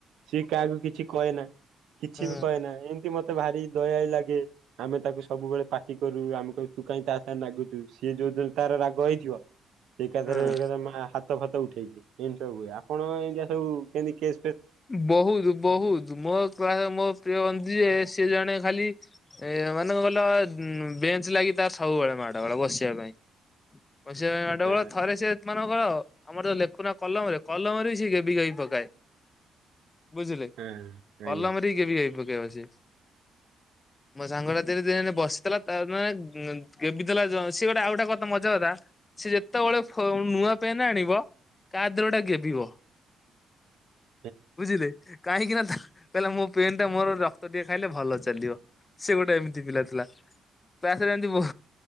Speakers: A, on the right (about 80°); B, on the left (about 25°).
A: ସିଏ କାହାକୁ କିଛି କହେନା କିଛି
B: ଉଁ
A: ବି କହେନା ଏମିତି ମତେ ଭାରି ଦୟାଳି ଲାଗେ ଆମେ ତାକୁ ସବୁବେଳେ ପାଟି କରୁ। ଆମେ କହୁ ତୁ କାହିଁ ତା ସାଙ୍ଗ ନାଗୁଛୁ, ସିଏ ଯୋଉ ଦିନ ତାର ରାଗ ହେଇ ସେ ଏକା ଥରେ
B: ଉଁ
A: ହାତ ଫାତ ଉଠେଇଚି। <unintelligible> କଣ ଏନ୍ତିଆ ସବୁ କେମତି କେ
B: ବହୁତ ବହୁତ ମୋ କା ମୋ ପ୍ରିୟ ବନ୍ଧୁ ଯିଏ ସେ ଜଣେ ଖାଲି ଏ ମାନେ କଣ କହିଲ ବେଞ୍ଚ ଲାଗି ତାର ସବୁବେଳେ ମାଡ ବେଳେ ବସିବା ପାଇଁ । ବସିବା ପାଇଁ ମାଡ଼ଗୋଳ।
A: ହଁ
B: ଥରେ ସେ ମାନଙ୍କର ଆମର ଯଉ ଲେଖୁନା କଲମ ରେ କଲମରେ ସେଏ ଗେବି ଗାବି ପକାଏ । ବୁଝିଲେ,
A: ହଁ
B: କଲମରେ
A: ଆଜ୍ଞା
B: ବି ଗେବି ଗାବି ପକେଇବ ସେ। ମୋ ସାଙ୍ଗଟା <unintelligible> ବସିଥିଲା ତାର ମାନେ ଗେବି ଦେଲା। ସିଏ ଗୋଟେ ଆଉ ଗୋଟେ ମଜା କଥା ସେ ଯେତେବେଳେ ନୂଆ ପେନ୍ ଆଣିବ କା ଦେହରେ ଗୋଟେ ଗେବିବ।
A: <inaudible>
B: ବୁଝିଲେ, କାହିଁକି ନା ତା କହିଲା ମୋ ପେନ୍ ଟା ମୋର ରକ୍ତ ଟିକେ ଖାଇଲେ ଭଲ ଚାଲିବ। ସେ ଗୋଟେ ଏମିତି ପିଲା ଥିଲା । କ୍ଲାସ୍ ରେ ଏମିତି ବ